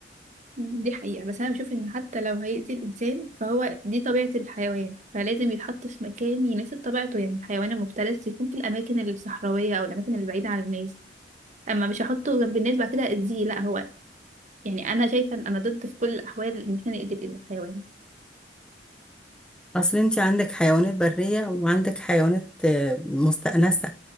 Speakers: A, on the right; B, in the centre.
A: دي حقيقة بس أنا بشوف إن حتى لو هيأذي الإنسان فهو دي طبيعة الحيوان فلازم يتحط في مكان يناسب طبيعته يعني الحيوان المفترس يكون في الأماكن الصحراوية أو الأماكن اللي بعيدة عن الناس أما مش هحطه جنب الناس بعد كده أذيه لأ هو يعني أنا شايفة إن أنا ضد في كل الأحوال إن إحنا نأذي الحيوان
B: اصل انت عندك حيوانات برية وعندك حيوانات آه، مستأنسة